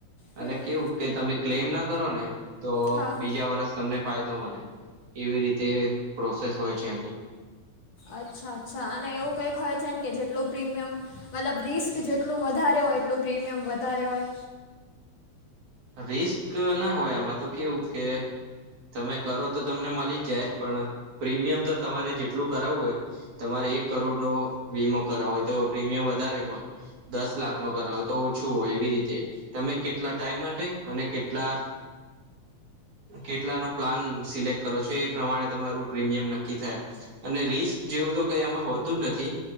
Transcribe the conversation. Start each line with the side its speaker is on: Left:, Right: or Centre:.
Left: હમ
Right: અને કેવું કે તમે ક્લેમ ના કરો ને તો
Left: હા
Right: બીજા વરષ તમને ફાયદો મળે. એવી રીતે પ્રોસેસ હોય છે આની.
Left: અચ્છા અચ્છા અને એવું કઈક હોય છેને કે જેટલું પ્રીમિયમ. મતલબ રિસ્ક જેટલું વધારે હોય એટલું પ્રીમિયમ વધારે હોય.
Right: રિસ્ક ના હોય આમાં તો કેવું કે. તમે કરો તો તમને મળી જ જાય પણ પ્રીમિયમ તો તમારે જેટલું કરાવવું હોય. તમારે એક કરોડ નો વીમો કરાવો હોય તો પ્રીમિયમ વધારે હોય. દસ લાખ નો કરાવો તો ઓછું હોય એવી રીતે તમે કેટલા ટાઈમ માટે અને કેટલા. કેટલા નો પ્લાન સિલેક્ટ કરો છો એ પ્રમાણે તમારું પ્રીમિયમ નક્કી થાય. અને રિસ્ક જેવું તો કઈ આમાં હોતું જ નથી.